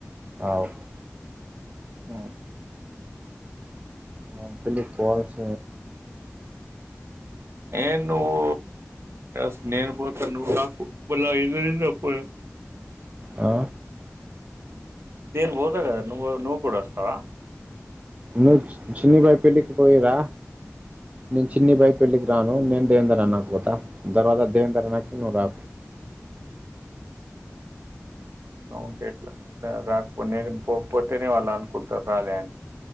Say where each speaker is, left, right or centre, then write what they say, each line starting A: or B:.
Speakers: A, on the right; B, on the right.
A: ఆవు
B: ఆ
A: మాపిల్లి పోన్ స
B: ఎ నువ్వు స్ న పోత్త ను రాకు పూల ఇరవ
A: ఆ
B: నేన్ ఓదగదా నువ్వు నువవు కూడాడస్తస్తావ
A: నువ్వు చిన్ని బయ పెళ్ళికి పోయిరా నేను చిన్ని బయ పెళ్ళికి రాను నేను దేవేందర్ అన్న పోతా తర్వాత దేవేందర్ అనకి నువ్వు రా
B: అట్లా ఉంటే ఎట్లా నేను రాకపో నే పోకపోతేనే వాళ్ళు అనుకుంటారు రాలే అని